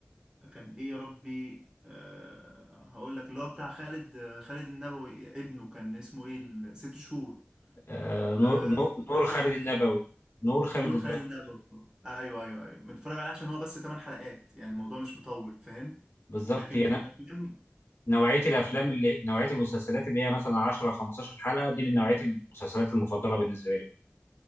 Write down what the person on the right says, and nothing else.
كان ايه يا ربي آه، هقول لك اللي هو بتاع خالد آه، خالد النبوي ابنه كان اسمه ايه ال- ست شهور
آه،
اتفرجت
نور
خالد النبوي ايوه ايوه ايوه متفرج عليه عشان هو بس 8 حلقات يعني الموضوع مش مطول فاهم
لكن
في الافلام